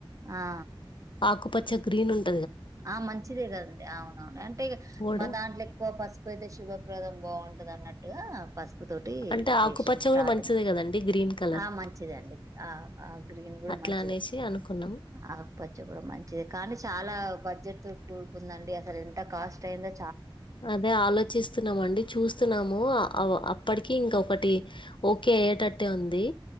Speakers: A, on the right (about 35°); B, on the left (about 60°).
A: ఆ
B: ఆకుపచ్చ గ్రీన్ ఉంట
A: ఆ మంచిదే కదండి అవునవును అంటే
B: కోడ్
A: మా దాంట్లో ఎక్కువ పసుపోయితే శుభప్రదం బాగుంటది అన్నట్టు ట్టుగా పసుప్ పూ తోటి
B: అంటే ఆకుపచ్చ
A: చేసినాం స్టార్టింగ్
B: కూడా మంచిదే కదండి గ్రీన్ కలర్
A: ఆ మంచిది అండి ఆ ఆ గ్రీన్ కూడా
B: ఇట్లా
A: మంచిదే
B: అనేసి అనుకున్నా
A: ఆకుపచ్చ కూడా మంచిది కానీ చాలా బడ్జెట్ తో కూడుకుందండి అసలు ఎంత కాస్ట్ అయిందొ
B: అదే ఆలోచిస్తున్నామ అండి చూస్తున్నాము అప్పటికి ఇంక ఒకటి ఓకే ఐయేటట్టే ఉంది